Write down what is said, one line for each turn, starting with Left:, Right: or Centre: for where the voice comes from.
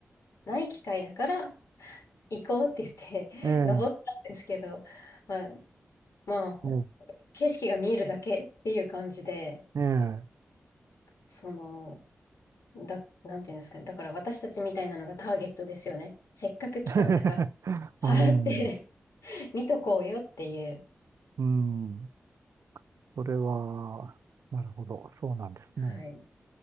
Left: ない機会だから行こうって言って
Right: ええ、
Left: <laughs> 登ったんですけど、まあ、まあ、
Right: え
Left: 景色が見えるだけっていう感じで、
Right: え、ええ。
Left: その、だ、なんていうんですかね。だから私たちみたいなのがターゲットですよね。せっかく来たんだから
Right: <laughs>
Left: 払って
Right: うん、
Left: <laughs> 見とこうよっていう。
Right: うん。それは、なるほど。そうなんですね。
Left: はい。